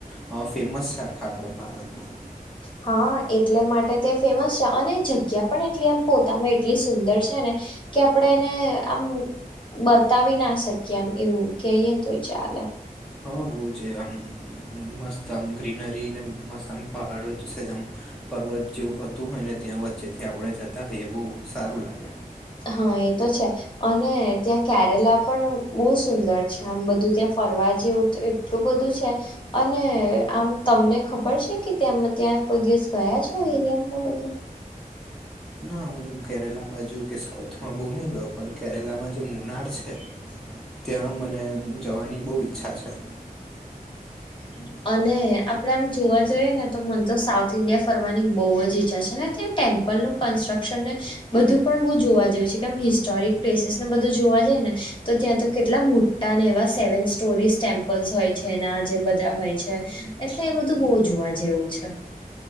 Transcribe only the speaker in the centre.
હ ફેમસ છે આખા આપણા ભારતમાં
હા બો છે આમ મસ્ત આમ ગ્રીનરી ને મસ્ત આમ પહાડો જશે જેમ પર્વત જેવું હતું હોય ને ત્યાં વચ્ચેથી આપણે જતા હોયએ એ બવ સારું લાગે
ના હું કેરેલા બાજુ કે સાઉથમાં બોવ નય ગયો પણ કેરેલામાં જે મુનાર છે
ત્યાં મને જવાની બહુ ઈચ્છા છે.